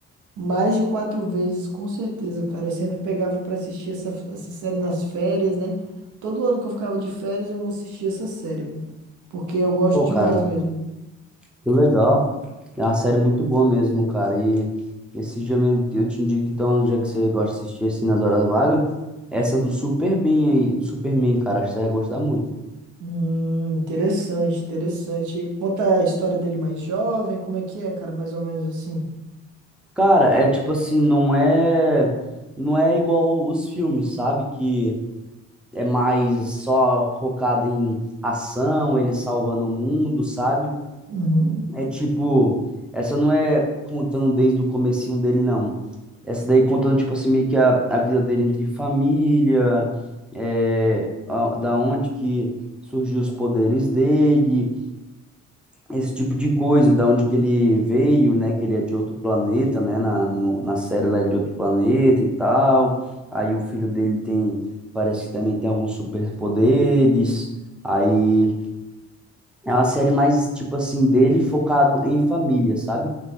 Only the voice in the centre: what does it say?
Pô,
cara,
que legal. É uma série muito boa mesmo, cara, e esses dias mesmo, eu te indico, então, já que você gosta de assistir assim nas horas vagas, essa do Superman aí, do Superman, cara, acho que você vai gostar muito.
Cara, é tipo assim, não é não é igual os filmes, sabe? Que é mais só focado em ação, eles salvando o mundo, sabe?
É tipo, essa não é contando desde o comecinho dele, não. Essa daí contando, tipo assim, meio que a, a vida dele entre família, é, a- da onde que surgiu os poderes dele, esse tipo de coisa, da onde que ele veio, né, que ele é de outro planeta, né, na, no- na série lá ele é de outro planeta e tal, aí o filho dele tem, parece que também tem alguns superpoderes, aí é uma série mais, tipo assim, dele focado em família, sabe?